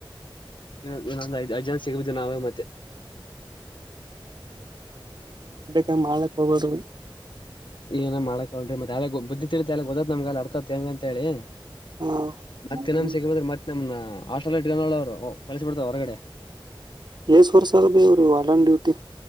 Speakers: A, on the left (about 60°); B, on the right (about 50°).
A: ಇನ್ನೊಂದು ಐದು ಎರಡ್ ಜನ ಸಿಗ್ಬದ್ವಿ ನಾವೇ ಮತ್ತೆ
B: ಹಂಗ್ ಮಾಡಕ್ ಹೋಗ್ಬೇಡ್ರಿ ಭೈ
A: ಏನ ಮಾಡಕ್ಲ್ ಮತ್ತೆಳೆ ಬುದ್ದಿ ತಿಲಿತ್ ಗೊದತ್ ನಮ್ಗ ಅರ್ಥತ್ ಹೆಂಗ ಅಂತ ಹೇಳಿ
B: ಹ್ಮ್
A: ಮತ್ತೆ ಸಿಗಬದ್ರ ಮತ್ತೆ ನಮ್ ಹಾಸ್ಟೆಲ್ ಇಟ್ಗನಲ ಅವರು ಕಳಸಬಿಡ್ತರೆ ಹೊರಗಡೆ
B: <unintelligible> ವರ್ಷ ಅದ ಬೇವ್ರೀ ವಾಡನ್ ಡ್ಯೂಟಿ